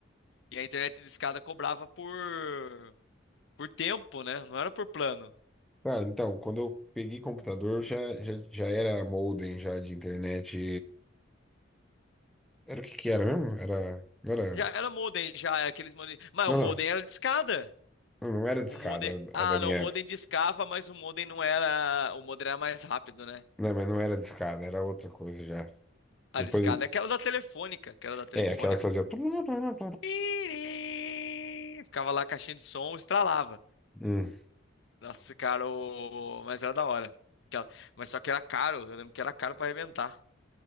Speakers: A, on the left; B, in the centre.
A: E a internet de discada cobrava por por tempo, né? Não era por plano.
B: Cara, então, quando eu peguei computador, já, já, já era modem já de internet. Era o que que era mesmo? Era, não era,
A: Já era modem, já era aqueles modem. Mas
B: não,
A: o modem
B: não,
A: era de escada.
B: não, não era discada
A: O modem. Ah,
B: a da minha
A: não, o modem
B: época.
A: discava, mas o modem não era. O modem era mais rápido, né?
B: Não, mas não era discada, era outra coisa já.
A: A
B: Depois,
A: discada é aquela da telefônica, aquela da telefônica.
B: é, aquela que fazia... É.
A: Ih, Ficava lá a caixinha de som, estralava.
B: Hum.
A: Nossa, cara, o- mas era da hora. Aquela- Mas só que era caro, eu lembro que era caro pra arrebentar.